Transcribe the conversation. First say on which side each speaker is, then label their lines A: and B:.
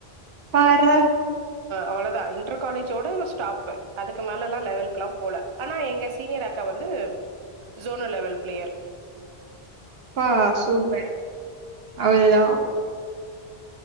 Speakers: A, on the right; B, on the right.
A: பார்றா
B: அவ்ளதா இன்டர் காலேஜோட ஸ்டாப்பு அதுக்கு மேலல்லா லெவலுக்கல்லாம் போல ஆனா எங்க சீனியர் அக்கா வந்து ஜோனல் லெவல் ப்ளேயர்
A: ஆ சூப்பர் அவ்ளதா
B: ம்